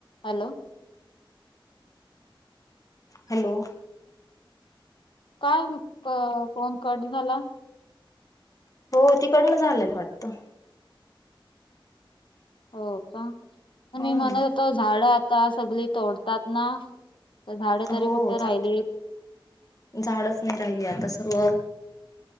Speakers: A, on the left; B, on the left.
A: hello
B: hello
A: काय phone cut झाला
B: हो तिकडन झालेला वाटत
A: हो का
B: हम्म
A: मी म्हणत होतो झाड आता सगळी तोडतात ना तर झाडे तरी
B: हो
A: कुठे
B: झा
A: राहिलीत
B: झाडच नाही राहिली आता सर्व